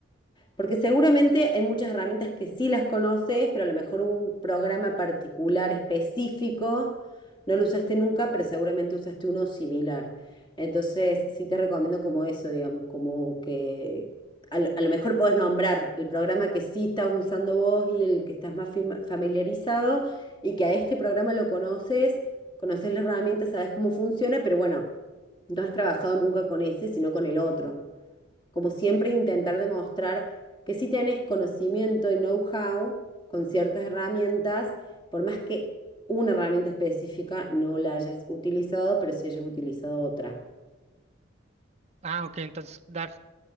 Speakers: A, on the left; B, on the right.
A: Porque seguramente hay muchas herramientas que sí las conoces, pero a lo mejor un programa particular específico no lo usaste nunca, pero seguramente usaste uno similar. Entonces, sí te recomiendo como eso, digamos, como que a lo, a lo mejor podés nombrar el programa que sí estás usando vos y el que estás más fam- familiarizado y que a este programa lo conoces, conoces la herramienta, sabes cómo funciona, pero bueno, no has trabajado nunca con ese, sino con el otro como siempre intentar demostrar que sí tenés conocimiento y know-how con ciertas herramientas, por más que una herramienta específica no la hayas utilizado, pero sí hayas utilizado otra.
B: Ah, ok, entonces dar